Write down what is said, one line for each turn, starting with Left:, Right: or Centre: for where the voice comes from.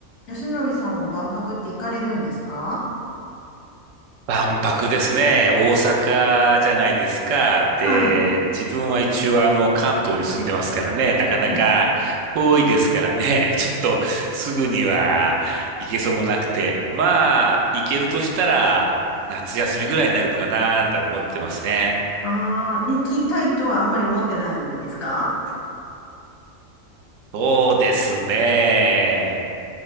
Left: 安則さんは万博って行かれるんですか
Right: 万博ですね。大阪じゃないですか。で、
Left: はい。
Right: 自分は一応あの関東に住んでますからね。なかなか遠いですからね。
Left: うん。
Right: <laughs> ちょっとすぐには行けそうもなくて。まあ、行けるとしたら夏休みぐらいになるのかなと思ってますね。
Left: ああ行きたいとはあんまり思ってないんですか
Right: そうですね。